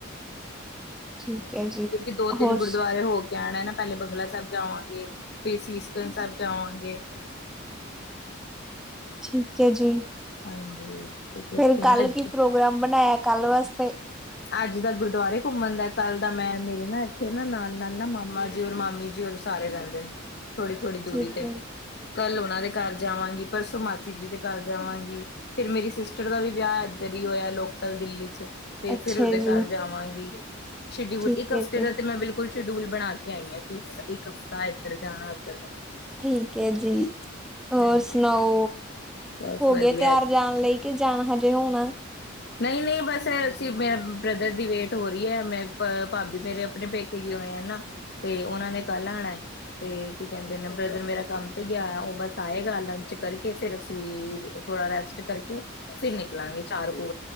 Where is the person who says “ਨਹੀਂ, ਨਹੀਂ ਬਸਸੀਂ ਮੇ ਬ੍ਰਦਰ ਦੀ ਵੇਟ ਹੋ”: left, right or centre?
Left